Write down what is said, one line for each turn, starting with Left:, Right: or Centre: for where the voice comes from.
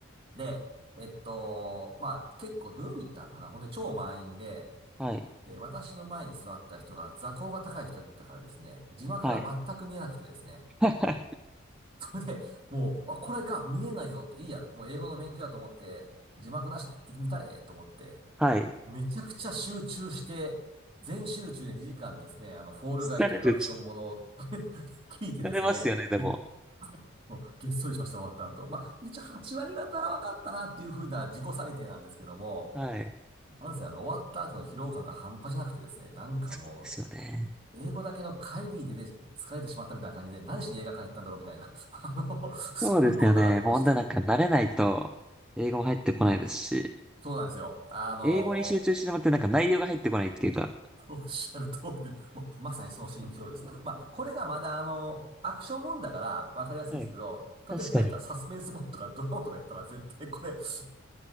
Right: で、えっと、まあ、結構土曜日行ったんかな。ほんで、超満員で、
Centre: はい、
Right: で、私の前に座った人が座高が高い人だったからですね、字幕が全く見えなくてですね、
Centre: はい、<laughs>
Right: <laughs> それで、もう、あ、これか、見えないぞって、いいや、もう英語の勉強だと思って、字幕なしで見たれと思って、
Centre: はい。
Right: めちゃくちゃ集中して、全集中で2時間ですね、あの、フォールガイというアクションものを
Centre: 疲れる。疲
Right: <laughs> 聞いてですね、
Centre: れますよね、でも。
Right: みもうげっそりしました、終わった後。まあ、一応8割方は分かったなっていうふうな自己採点なんですけども、
Centre: はい。
Right: なんせあの、終わった後の疲労感が半端じゃなくてですね、なんかもう、
Centre: そうですよね。
Right: 英語だけの会議に出て疲れてしまったみたいな感じで、何しに映画館行ったんだろうみたいな、<laughs> あの、そんなことがありまして。
Centre: そうですよね。もうほんとなんか慣れないと、英語も入ってこないですし、
Right: そうなんですよ。あのー
Centre: 英語に集中してしまってなんか内容が入ってこないっていうか。
Right: <laughs> おっしゃる通りで、もうまさにその心境です。まあ、これがまだあのアクションもんだからわかりやすいですけど、
Centre: はい。
Right: 例えば言ったらサスペンスもんとかドラマとかやったら絶対これす
Centre: 確かに。